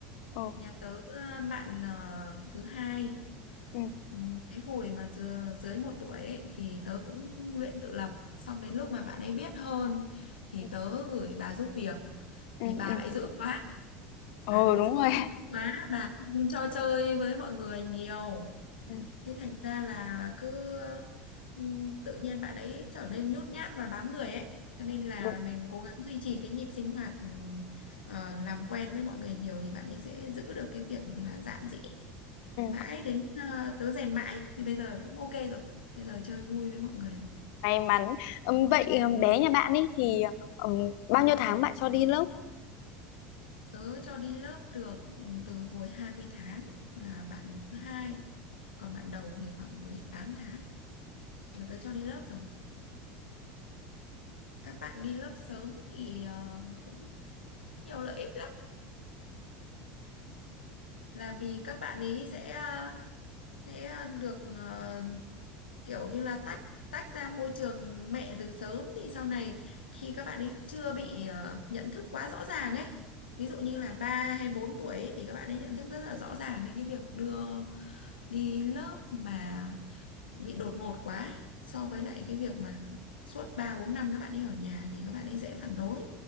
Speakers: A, on the left; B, on the left.
A: ừ
B: Nhà tớ ờ, bạn ờ, thứ hai
A: ừ
B: Ừ, cái hồi mà dưới, dưới một tuổi ấy, thì tớ cũng luyện tự lập xong đến lúc mà bạn ấy biết hơn thì
A: ừ
B: tớ gửi bà giúp việc
A: ừ
B: thì bà
A: ừ
B: lại dữ quá
A: Ừ,
B: bà lại
A: đúng
B: dữ
A: rồi
B: quá bà không cho chơi với mọi người nhiều
A: ừ,
B: thế thành ra là cứ ừ, tự nhiên bạn ấy trở nên nhút nhát và bám người ấy cho nên là
A: đúng
B: mình cố gắng duy trì cái nhịp sinh hoạt ừ, ờ, làm quen với mọi người nhiều thì bạn ấy sẽ giữ được cái việc là dạn dĩ
A: ừ.
B: mãi đến ờ, tớ rèn mãi thì bây giờ cũng ok rồi bây giờ chơi vui với mọi người rồi.
A: may mắn Ừm, vậy ừm, bé nhà bạn ấy thì ừm, bao nhiêu tháng bạn cho đi lớp
B: tớ cho đi lớp được ừ, từ hồi 20 tháng là bạn thứ hai còn bạn đầu thì khoảng 18 tháng là tớ cho đi lớp rồi các bạn đi lớp sớm thì ờ, cũng, cũng nhiều lợi ích lắm là vì các bạn ấy sẽ ờ, sẽ được ờ, kiểu như là tách tách ra môi trường mẹ từ sớm thì sau này khi các bạn ấy chưa bị ờ, nhận thức quá rõ ràng ấy ví dụ như là 3 hay 4 tuổi ấy, thì các bạn ấy nhận thức rất là rõ ràng nên cái việc đưa đi lớp mà bị đột ngột quá ấy, so với lại cái việc mà suốt 3 4 năm các bạn ấy ở nhà thì các bạn ấy dễ phản đối.